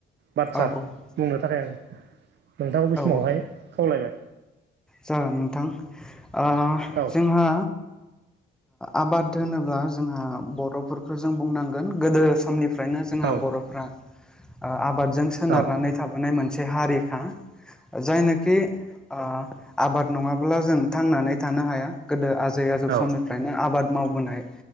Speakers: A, on the right; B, in the centre.
A: बाथ्रा
B: औ
A: बुंनो थाखाय आं नोंथांखौ बै समावहाय
B: औ
A: खावलायबाय
B: जागोन नोंथां ओ
A: औ
B: जोंहा आबाद होनोब्ला जोंहा बर'फोरखौ जों बुंनांगोन गोदो समनि फ्रायनो जोंहा
A: औ
B: बर'फ्रा ओ आबादजों सोनारनानै
A: औ
B: थाबोनाय मोनसे हारिखा। जायनोखि ओ आबाद नङाब्ला जों थांनानै थानो हाया। गोदो आजै आजौ
A: औ
B: समनिफ्रायनो आबाद मावबोनाय